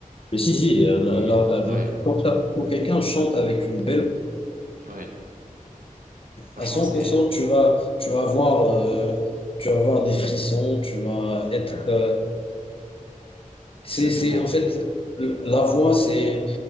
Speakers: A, on the left; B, on the right.
A: mais si, si, euh, là,
B: Et
A: là,
B: ouais,
A: euh, quand, ça- quand quelqu'un chante avec une belle...
B: ouais. Franchement,
A: À 100%,
B: c'est
A: tu vas, tu vas avoir, euh, tu vas avoir des frissons, tu vas être euh, C'est,
B: exactement.
A: c'est, en fait, euh, la voix, c'est